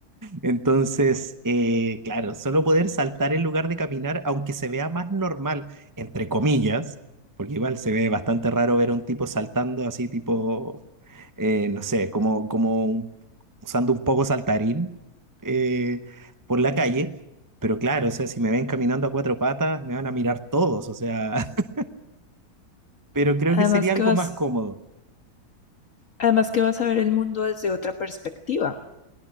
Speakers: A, on the right (about 15°); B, on the left (about 55°).
A: Entonces, eh, claro, solo poder saltar en lugar de caminar, aunque se vea más normal, entre comillas, porque igual se ve bastante raro ver a un tipo saltando así, tipo, eh, no sé, como, como un- usando un poco saltarín eh, por la calle. Pero claro, o sea, si me ven caminando a cuatro patas, me van a mirar todos, o sea, <laughs> pero creo
B: Además
A: que sería
B: que
A: algo
B: vas,
A: más cómodo.
B: además que vas a ver el mundo desde otra perspectiva.